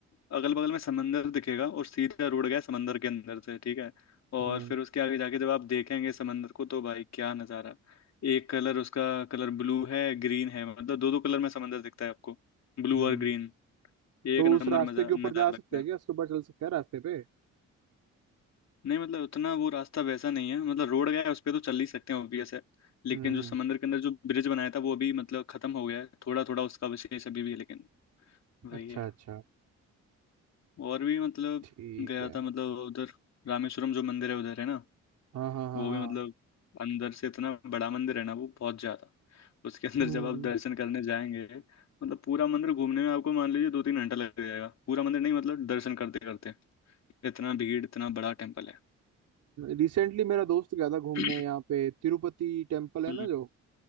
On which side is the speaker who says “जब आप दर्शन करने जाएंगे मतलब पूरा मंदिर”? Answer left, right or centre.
Left